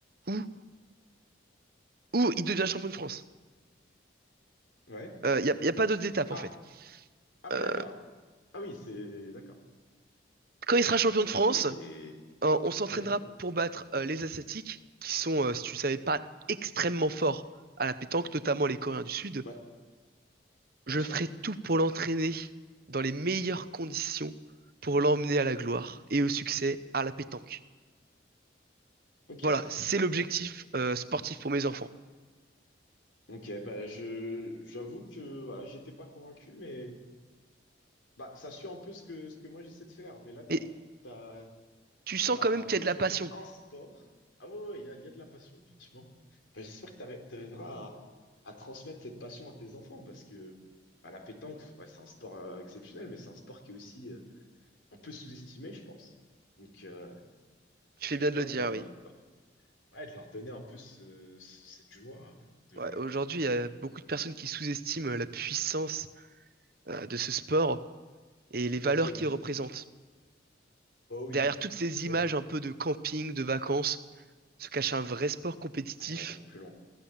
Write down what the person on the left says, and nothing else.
Ouais.
ah,
ah oui,
d'accord. Ah oui, c'est d'accord.
Mais
c'est, c'est,
ouais,
ouais,
bien sûr.
Ok,
bon,
Ok, bah je j'avoue que voilà, j'étais pas convaincu, mais bah ça suit un peu ce que ce que moi j'essaie de faire. Mais là, t'as
t'as
voilà,
t'as
un
peu
choisi
un sport. Ah ouais, ouais, il y a, il y a de la passion, effectivement. Bah, j'espère que t'arri- t'arriveras à, à transmettre cette passion à tes enfants, parce que bah, la pétanque, ouais, c'est un sport euh, exceptionnel, mais c'est un sport qui est aussi euh, un peu sous-estimés, je pense. Donc, euh,
à
toi
de
leur,
leur- leur- ouais, de leur donner un peu ce- ce- cette joie de
jouer à la
pétanque.
Oh que oui.
Oh oui.
Oh
oui.
Ah, ça va beaucoup plus loin.